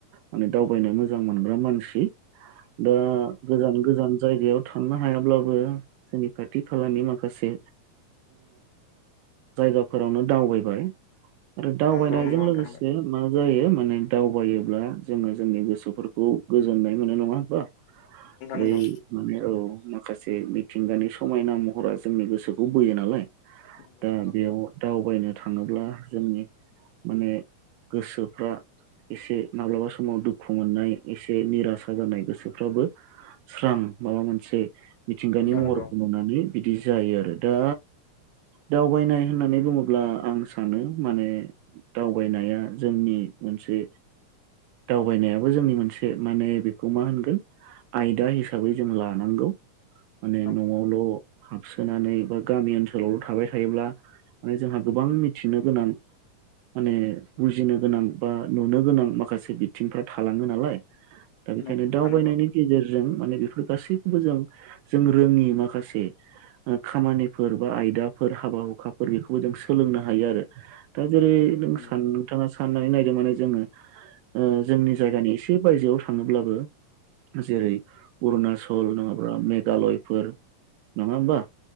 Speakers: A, on the right; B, on the left.
A: माने दावबायनो मोजां मोनग्रा मानसि दा गोजान गोजान जायगायाव थांनो हायाब्लाबो जोंनि खाथि खालानि माखासे जायगाफोरावनो दावबायबाय आरो दावबायनायजों
B: नंगौ नोंथां
A: लोगोसे मा। जायो माने दावबायोब्ला जोङो जोंनि गोसोफोरखौ गोजोननाय मोनो नङा होमबा। बै
B: नंगौ
A: माने औ माखासे मिथिंगानि समायना महरा जोंनि गोसोखौ बोयो नालाय
B: नंगौ
A: दा
B: नोंथां
A: बेयाव दावबायनो थाङोब्ला जोंनि माने गोसोफ्रा। एसे माब्लाबा समाव दुखु मोननाय एसे निरासा जानाय गोसोफ्राबो स्रां माबा मोनसे मिथिंगानि महरखौ
B: नंगौ
A: नुनानै बिदि जायो आरो दा दावबायनाय होननानै बुङोब्ला आं सानो माने दावबायनाया जोंनि मोनसे दावबायनायाबो जोंनि मोनसे माने बेखौ मा होनगोन। आयदा हिसाबै जों लानांगौ माने
B: नंगौ
A: न'आवल' सोनानै बा गामि ओनसोलावल' थाबाय थायोब्ला माने जोंहा गोबां मिथिनो गोनां। माने बुजिनो गोनां बा नुनो गोनां माखासे बिथिंफ्रा थालाङो नालाय दा
B: नोंथां
A: बेखायनो दावबायनायनि
B: नंगौ
A: गेजेरजों माने बेफोर गासैखौबो जों जों रोङि माखासे ओ खामानिफोर बा आयदाफोर हाबा हुखाफोर बेखौ जों सोलोंनो हायो आरो दा जेरै
B: नंगौ
A: नों
B: नंगौ नोंथां नंगौ
A: नोंथाङा साननानै नायदों माने जोङो। ओ जोंनि जायगानि एसे बायजोआव थाङोब्लाबो जेरै अरुनाचल नङाब्ला मेघालयफोर नङा होमबा